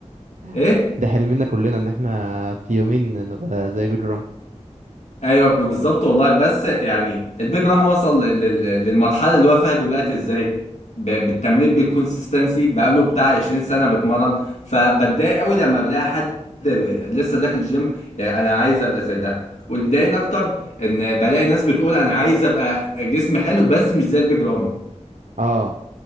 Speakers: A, on the left; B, on the right.
A: ايه
B: <laughs> ده حلمنا كلنا ان احنا في يومين نبقى زي بيدر رامي
A: ايوه بالظبط والله بس يعني البيج رام وصل لل- لل- للمرحله اللي هو فيها دلوقتي ازاي ب- بالتمرين بالكونسيستنسي بقاله بتاع 20 سنه بتمرن فبتضايق قوي لما بلاقي حد ب- لسه داخل الجيم يعني انا عايز ابقى زي ده واللي بيضايقني اكتر ان بلاقي ناس بتقول انا عايز ابقى جسم حلو بس مش زي البيج رامي
B: اه